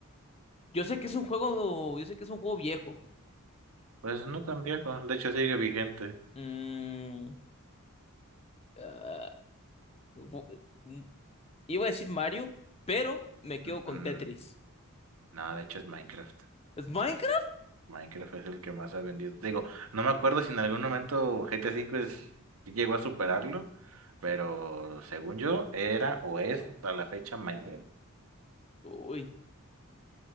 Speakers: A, on the left; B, on the right.
A: yo sé que es un juego, yo sé que es un juego viejo.
B: Pues no tan viejo, de hecho sigue vigente.
A: Mm, ah, bu- mm, iba a decir Mario, pero me quedo
B: Mm,
A: con Tetris.
B: no, de hecho es Minecraft.
A: ¿Es Minecraft?
B: Minecraft es el que más ha vendido. Digo, no me acuerdo si en algún momento GTA V es- sí llegó a superarlo, pero según yo era o es a la fecha Minecraft.
A: Uy,